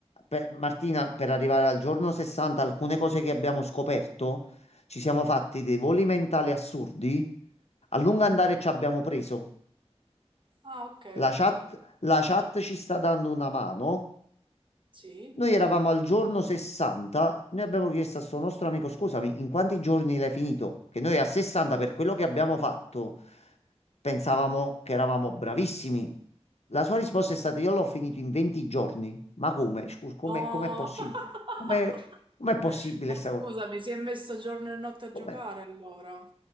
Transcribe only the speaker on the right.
Ah, ok,
ok.
Sì?
No!
<laughs>
Ma
scusami,
si è messo giorno e notte a
giocare allora.